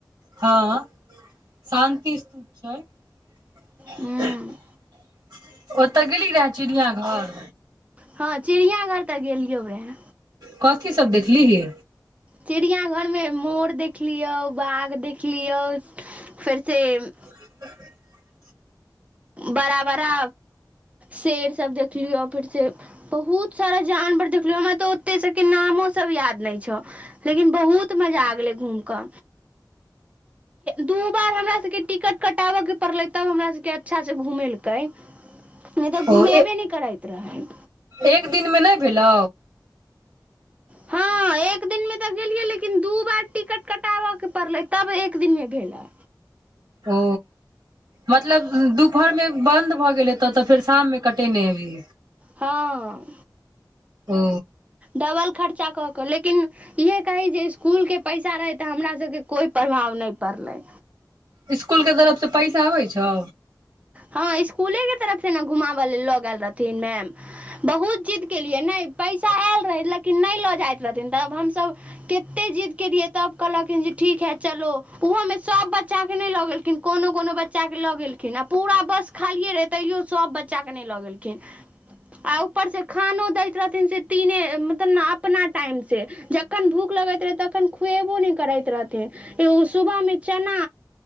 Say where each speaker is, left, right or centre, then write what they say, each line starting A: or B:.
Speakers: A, on the right (about 55°); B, on the right (about 20°).
A: हँ शान्ति स्तूप छै <inaudible>
B: हूँ
A: ओतऽ गेली रहे चिड़िया घर
B: हँ चिड़ियाघर तऽ गेलियो रहे
A: कथी सब देखलीही
B: चिड़ियाघरमे मोर देखलियौ बघ देखलियौ फेरसँ
A: <inaudible>
B: बड़ा बड़ा शेर सब देखलि ओ फिर से बहुत सारा जानवर देखलो हमरा त ओते सबके नामो सब याद न छौ लेकिन बहुत मजा आ गले घूम क दू बार हमरा सबके टिकट कटा बऽ के पड़लै तब हमरा सबके अच्छा सँ घूमेलकै नय तऽ
A: ओ
B: घूमेबे नय करैत रहै
A: एक दिन मे नय भेलौ
B: हँ एक दिन मे तऽ गेलियै लेकिन दू बार टिकट कटाबऽ के पड़लै तब एक दिन मे भेलै
A: ओ मतलब दुपहर मे बन्द भऽ गेलै हेतो तब फेर शाम मे कटेने हे भी
B: हँ
A: ओ
B: डबल खर्चा कऽ कऽ लेकिन इहे कही जे इसकुलके पैसा रहै तऽ हमरा सभके कोइ प्रभाव नय पड़लै
A: इसकुल के तरफसँ पैसा आबै छौ
B: हँ इसकुले के तरफ से ने घुमाब ल लऽ गेल रहथिन मैम बहुत जिद केलियै नय पैसा आयल रहै लेकिन नय लऽ जाइत रहथिन तऽब हमसभ कते जिद केलियै तब कहलकिन जे ठीक है चलो ओहो में सब बच्चा के नय लगेख किन कोनो कोनो बच्चा के लऽ गेलखिन आ पूरा बस खालिए रहै तैयो सभ बच्चाके नै लऽ गेलखिन आ ऊपर से खानो दैत रहथिन से तीने मतलब ने अपना टाइम से ज जखन भूख लगैत रहै तखन खुएबो नै करैत रहथिन एगो सुबहमे चना